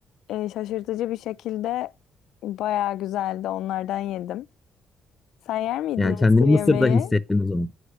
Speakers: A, on the left; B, on the left.
A: e, şaşırtıcı bir şekilde bayağı güzeldi onlardan yedim. Sen yer miydin
B: Yani
A: mısır
B: kendini
A: Mısır
B: Mısır'da
A: yemeği?
B: hissettin o zaman.